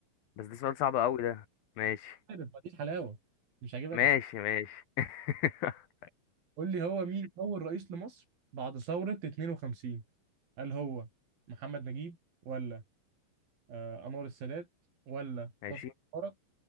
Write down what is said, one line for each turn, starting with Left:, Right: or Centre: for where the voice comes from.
Left: بس ده سؤال صعب قوي ده ماشي
Right: عارف ما دي الحلاوه مش هجيبك
Left: ماشي
Right: أس-
Left: ماشي <laughs>
Right: قول لي هو مين اول رئيس لمصر بعد ثوره 52 هل هو محمد نجيب ولا آه انور السادات ولا
Left: ماشي
Right: حسني مبارك